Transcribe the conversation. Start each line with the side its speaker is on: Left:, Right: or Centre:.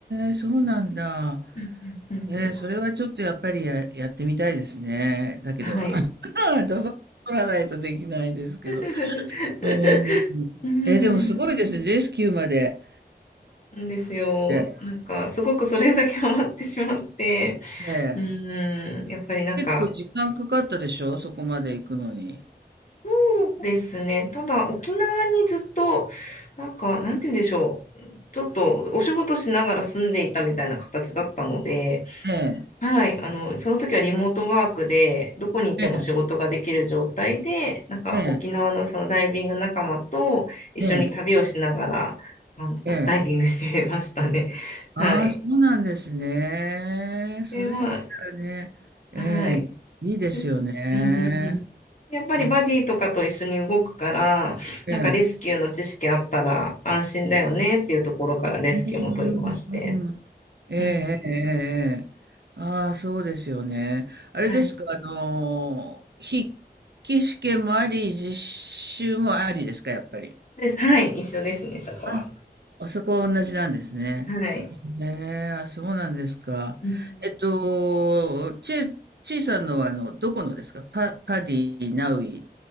Right: え、そうなんだ。
Left: うんうんうんうん。
Right: えーそれはちょっとやっぱりややってみたいですね。だけど、
Left: はい。
Right: <laughs> だぞ取らないとできないですけど。
Left: <laughs>
Right: うーん。
Left: うん。
Right: えー、でもすごいですね、レスキューまで。
Left: んですよ。
Right: ええ、
Left: なんか、すごくそれだけハマってしまって、
Right: ええ。
Left: うん。やっぱりなんか、
Right: 結構時間かかったでしょ、そこまで行くのに。
Left: そうですね。ただ、沖縄にずっと、なんか、なんて言うんでしょう。ちょっとお仕事しながら住んでいたみたいな形だったので、
Right: ええ、
Left: はい、あの、その時はリモートワークで、どこに行っても仕事ができる状態で、
Right: ええ、
Left: なんか沖縄のそのダイビング仲間と一緒に旅をしながら、
Right: ええ、ええ、
Left: あの、
Right: ええ。
Left: ダイビングしてましたね。
Right: ああ、
Left: はい。
Right: そうなんですね。それだったらね、
Left: では、はい。
Right: ええ、いいですよね。
Left: でうんうんうん。やっぱりバディとかと一緒に動くから、
Right: あって、え
Left: なんかレスキューの知識あったら安心だよねっていうところからレスキューも取りまして。
Right: うんうんええええええええ。
Left: うんう
Right: ああ、そうですよね。あれですか、
Left: ん。はい。
Right: あのー、筆記試験もあり、実習もありですか、やっぱり。
Left: です。はい。一緒ですね、そこは。
Right: あ、あそこは同じなんですね。
Left: はい。
Right: へえ、あ、そうなんですか。
Left: うんうん
Right: えっと、ちちいさんのは、あの、どこのですかパ、パディ、ナウイ、